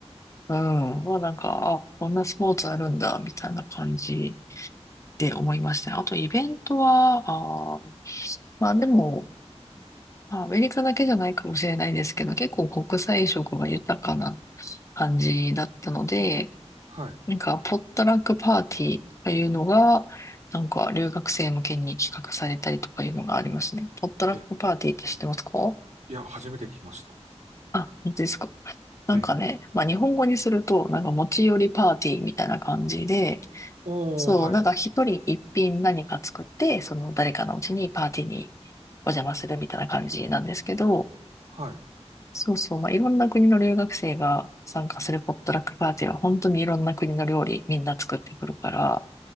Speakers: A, on the left (about 25°); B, on the right (about 75°).
A: うん。まあなんか、あ、こんなスポーツあるんだ、みたいな感じで思いましたね。あとイベントは、あー、まあでも、まあアメリカだけじゃないかもしれないですけど、結構国際色が豊かな感じだったので、
B: は
A: なんかポットラックパーティーというのが、なんか留学生向けに企画されたりとかいうのがありますね。ポットラックパーティーって知ってますか
B: い。え、いや、初めて聞きました。
A: あ、本当ですか。なんかね、
B: ええ。
A: まあ日本語にすると、なんか持ち寄りパーティーみたいな感じで、
B: おー、
A: そう、
B: はい。
A: なんか一人一品何か作って、その誰かのうちにパーティーにお邪魔するみたいな感じなんですけど、
B: はい。
A: そうそう、まあ、いろんな国の留学生が参加するポットラックパーティーは本当にいろんな国の料理みんな作ってくるから、